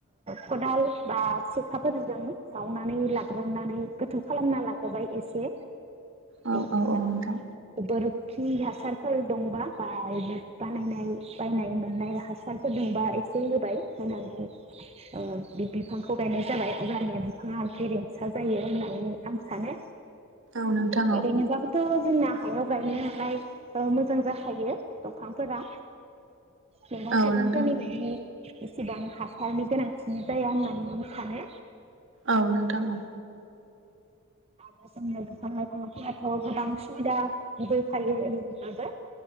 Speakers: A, on the right (about 25°); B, on the right (about 60°).
A: खदाल बा सिखाफोरजों जावनानै लाग्रोनानै गोथौ खालामना लाग्रोबाय एसे।
B: औ
A: बेनि
B: औ
A: उनाव
B: औ नोंथां
A: बोर खि हासारफोर दंबा बा-बानायनाय बायनाय मोननाय हासारफोर दंबा एसे होबाय होनानै ओ बि बिफांखौ गायनाय जाबाय अब्लानिया बिफाङा गेरेमसा जायो होननानै आं सानो।
B: औ नोंथां
A: ओरैनोबाबोथ'
B: औ
A: जोंना हायाव गायनाय नालाय ओ मोजां जाखायो दंफांफोरा। मैगं
B: औ
A: थाइगंफोरनि
B: नोंथां
A: बायदि इसिबां हासारनि गोनांथि जाया होननानै सानो
B: औ नोंथां औ
A: दा जोंनो दंफां लाइफांफोराथ' गोबां सुबिदा होखायो ओरैनोब्लाबो।